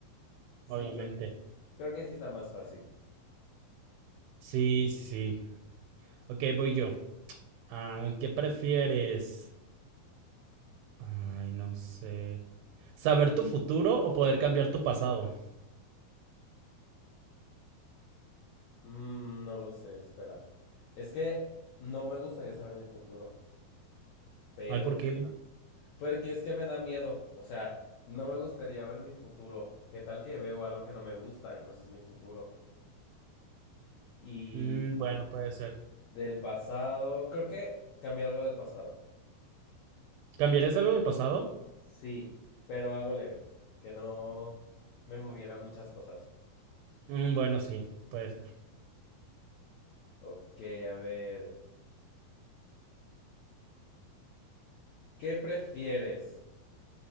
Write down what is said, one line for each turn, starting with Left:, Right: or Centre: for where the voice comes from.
Left: Sí,
Right: obviamente.
Left: creo que, creo que sí está más fácil.
Right: Sí, sí, sí. Ok, voy yo. Ah, ¿qué prefieres? Ay, no sé. ¿Saber tu futuro o poder cambiar tu pasado?
Left: Mm, no lo sé, espera. Es que no me gustaría saber mi futuro, pero
Right: Ay, ¿por qué?
Left: Porque es que me da miedo. O sea, no me gustaría ver mi futuro. ¿Qué tal que veo algo que no me gusta? Y pues es mi futuro. Y
Right: Mm, bueno, puede ser.
Left: del pasado, creo que cambié algo del pasado,
Right: ¿Cambiarías algo del pasado?
Left: Sí. pero algo leve, que no me moviera muchas cosas.
Right: Mm, bueno, sí, puede ser.
Left: Ok, a ver. ¿Qué prefieres?